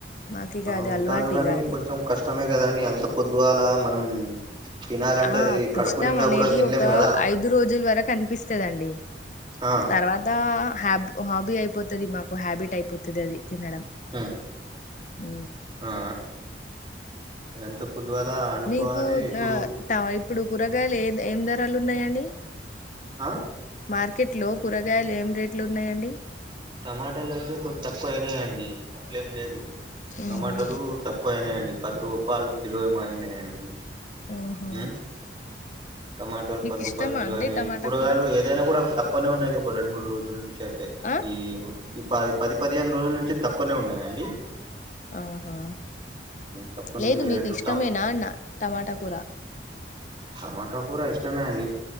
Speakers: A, on the left; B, on the right.
A: మాకు ఇక
B: ఆ
A: అది
B: ఉంటారు
A: అలవాటు
B: కానీ
A: ఇక అది
B: కొంచెం కష్టం కష్టమే కదండి అంత పొద్దుగాలా మనం తినాలంటే
A: ఆ
B: అది కడుపు
A: కష్టం
B: నిండా
A: అనేది
B: కూడా తినలేం
A: ఒక
B: కదా
A: ఐదు రోజుల వరకు అనిపిస్తదండి
B: ఆ
A: తర్వాతా హాబ్ హాబీ అయిపోతది మాకు హ్యాబిట్ అయిపోతది అది తినడం
B: హుమ్
A: ఉ
B: ఆ అ ఎంత పొద్దుగాల అండుకోవాలి
A: నీకు
B: ఇప్పుడు
A: ఆ ట ఇప్పుడు కూరగాయలు ఏ ఏం ధరలు ఉన్నాయండి
B: ఆ
A: మార్కెట్లో కూరగాయలు ఏం రేట్లు ఉన్నాయండి
B: టమాటాలు అయితే కొద్ తక్కువ అయినాయండి అట్లేం లేదు
A: ఉహు
B: టమాటాలు తక్కువ అయినాయండి పది రూపాల్ కిలో ఏమో అయినాయండి
A: ఓహో
B: మ్మ్ టమాటాలు
A: మీకు
B: పది రూపాయల
A: ఇష్టమా
B: కిలో
A: అండి
B: అయినావి
A: టమాటా
B: కూరగాయలు
A: కూర
B: ఏదైనా కూడా తక్కువనే ఉన్నాది ఒక రెండు మూడు రోజుల నుంచి అయితే
A: ఆ
B: ఈ ఈ పది పది పదిహేను రోజుల నుంచి తక్కువనే ఉన్నాయండి
A: ఆహా
B: తక్కువనే
A: లేదు
B: ఉన్నాయి
A: మీకు
B: రేట్లు
A: ఇష్టమేనా
B: ట
A: అన్న టమాటా కూర
B: టమా ట కూర ఇష్టమే అండి